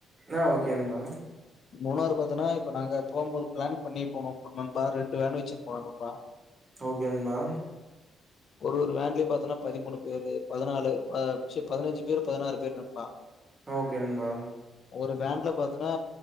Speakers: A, on the right; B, on the left.
A: ஆ ஓகேன்பா
B: மூணாறு பாத்தன்னா இப்ப நாங்க போகும்போது பிளான் பண்ணி போனோ நண்பா ரெண்டு வேனு வச்சு போனோ நண்பா <inaudible>
A: ஓகே நண்பா
B: ஒரு ஒரு வேன்லயு பாத்தன்னா பதிமூணு பேரு பதினாலு பத்ஞ் பதினஞ்சு பேரு பதினாறு பேரு நண்பா
A: ஆ ஓகே நம்பா
B: ஒரு வேன்ல பாத்தன்னா